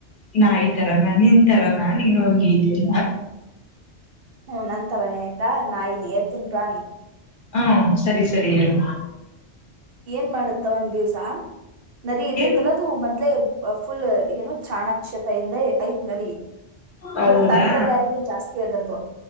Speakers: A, on the left; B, on the right.
A: ನಾಯಿ. ತರನಾ ನಿಂತಾರಾನ ನೀನೂ ಹಂಗೆ ಇದ್ಯ.
B: ಹ್ಮ ನನ್ ತರಾನೆ ಆಯ್ತಾ. ನಾಯಿ ನಿಯತ್ತಿನ್ ಪ್ರಾಣಿ.
A: ಹಾ ಸರಿ ಸರಿ ಹೇಳು.
B: ಏನ್ ಮಾಡತ್ತ ಒಂದ್ ದಿವ್ಸ ನರಿ ಇರ್ತತಲ್ಲ
A: ಏನ್
B: ಅದು ಮೊದ್ಲೆೇ ಫುಲ್ ಏನು ಚಾಣಾಕ್ಷತೆಯಿಂದ ಐ ನರಿ.
A: ಹೌದಾ
B: ಅಂದ್ರ ತಂತ್ರಗಾರಿಕೆ ಜಾಸ್ತಿ ಅದರ್ದು.